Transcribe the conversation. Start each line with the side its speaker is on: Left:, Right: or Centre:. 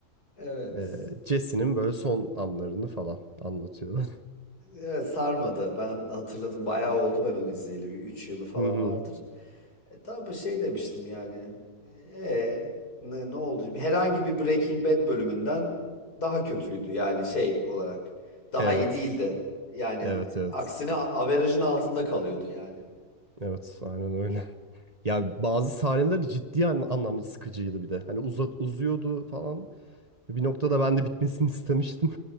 Left: Evet.
Right: Ee, Jesse'nin böyle son anlarını falan anlatıyordu.
Left: Evet sarmadı. Ben hatırladım. Bayağı oldu ben onu izleyeli. Bir 3 yılı falan
Right: <laughs> Hı hı.
Left: vardır. E, tabii şey demiştim yani. E, ne, ne oldu? Bir- Herhangi bir Breaking Bad bölümünden daha kötüydü. Yani şey olarak. Daha
Right: Evet.
Left: iyi değildi. Yani
Right: Evet evet.
Left: aksine a- averajın altında kalıyordu yani.
Right: Evet aynen öyle. Ya bazı sahneler ciddi an- anlamda sıkıcıydı bir de. Hani uza- uzuyordu falan. Bir noktada ben de bitmesini istemiştim.